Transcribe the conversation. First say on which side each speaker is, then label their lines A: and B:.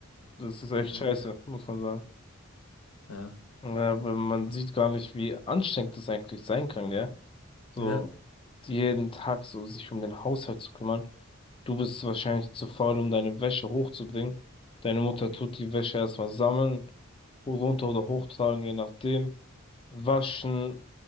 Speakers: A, on the left; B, on the left.
A: Das ist echt
B: Ähm,
A: scheiße, muss man sagen.
B: ja.
A: Ja, weil man sieht gar nicht, wie anstrengend das eigentlich sein kann, gell? So
B: Ja,
A: jeden Tag so sich um den Haushalt zu kümmern. Du bist wahrscheinlich zu faul, um deine Wäsche hochzubringen. Deine Mutter tut die Wäsche erstmal sammeln, runter oder hochtragen, je nachdem. Waschen,